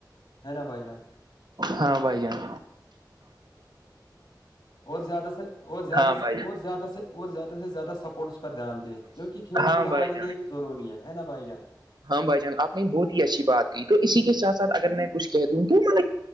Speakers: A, on the left; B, on the right.
A: ہے نا بھ جان
B: ہاں بھائی جان
A: اور زیادہ سے اور زیادہ
B: ہاں
A: سے
B: بھائی جان
A: اور زیادہ سے اور زیادہ سے زیادہ سپورٹس پر دھیان دیں کیونکہ کھیل
B: ہاں
A: کود ہمارے
B: بھائی جان
A: لیے بھی ضروری ہے نا بھائی جان
B: ہاں بائی جان آ نے بہت ہی اچھی بات کی تو اسی کے سات ساتھ اگر میں کچھ کہ دوں تو ما